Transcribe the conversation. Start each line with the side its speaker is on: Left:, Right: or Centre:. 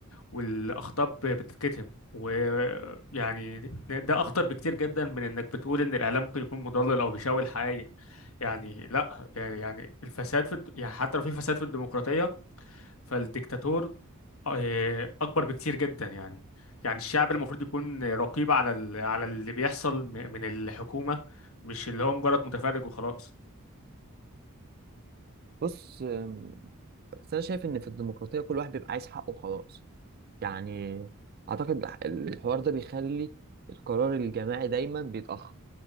Left: والاخطاء ب- بتتكتم ويعني ده اخطر بكتير جدا من انك بتقول ان الاعلام ممكن يكون مضلل او بيشوه الحقائق يعني لا يعني الفساد في الد- يعني حتى لو في فساد في الديمقراطية فالديكتاتور آه، اكبر بكتير جدا يعني يعني الشعب المفروض يكون رقيب على ال- على اللي بيحصل م- من الحكومه مش اللي هو مجرد متفرج وخلاص
Right: بص آم، بس انا شايف ان في الديمقراطيه كل واحد بيبقى عايز حقه خلاص يعني اعتقد الحوار ده بيخلي القرار الجماعي دايما بيتاخر